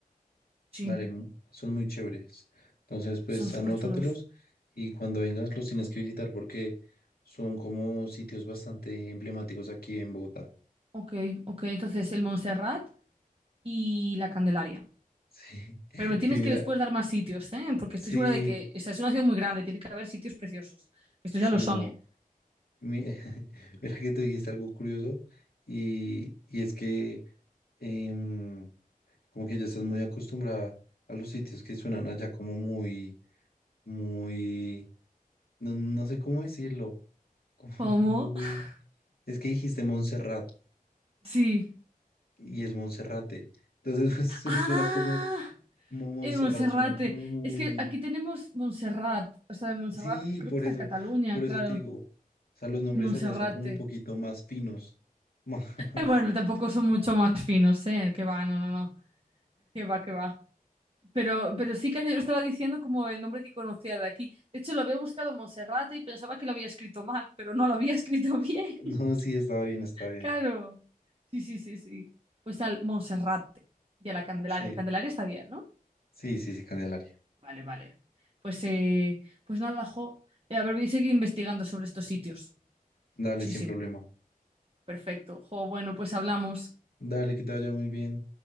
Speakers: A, on the right; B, on the left.
A: Sí.
B: dale, mu- son muy chéveres. Entonces, pues
A: Son
B: anótatelos
A: súper chulos.
B: y cuando vengas los tienes que visitar porque son como sitios bastante emblemáticos aquí en Bogotá.
A: Ok, ok. Entonces, el Montserrat y la Candelaria.
B: Sí, <laughs>
A: Pero me tienes
B: y mira,
A: que después dar más sitios, ¿eh? Porque
B: sí,
A: estoy segura de que, o sea, es una ciudad muy grande, tiene que haber sitios preciosos. Estos
B: sí,
A: ya lo son,
B: no.
A: ¿eh?
B: Mi- <laughs> Mira que tú dijiste algo curioso y, y es que em, como que ya estás muy acostumbrada a los sitios que suenan allá como muy, muy, no, no sé cómo decirlo como <laughs>
A: ¿Cómo?
B: muy...
A: <laughs>
B: Es que dijiste Montserrat
A: Sí.
B: y es Monserrate. Entonces <laughs> pues,
A: ¡Ah!
B: suena como, como Montserrat,
A: El Monserrate.
B: suena como muy...
A: Es que aquí tenemos Montserrat. O sea, el Montserrat,
B: Sí,
A: que creo
B: por
A: que está
B: eso,
A: en Cataluña,
B: por
A: claro.
B: eso te digo. O sea, los nombres
A: El Monserrate.
B: allá son como un poquito más finos. <laughs>
A: Eh, bueno,
B: Más...
A: tampoco son mucho más finos, ¿eh? Que va, no, no, no. Que va, que va. Pero, pero sí que yo estaba diciendo como el nombre que conocía de aquí. De hecho, lo había buscado en Monserrate y pensaba que lo había escrito mal, pero no lo había escrito <laughs> bien.
B: No, sí, estaba bien, estaba bien.
A: Claro. Sí, sí, sí, sí. Pues al Monserrate y a la Candelaria.
B: Sí,
A: Candelaria está bien, ¿no?
B: sí, sí, sí, Candelaria.
A: Vale, vale. Pues, eh, pues nada, jo. Eh, a ver, voy a seguir investigando sobre estos sitios.
B: Dale,
A: Sí,
B: sin
A: sí.
B: problema.
A: Perfecto. Jo, bueno, pues hablamos.
B: Dale, que te vaya muy bien.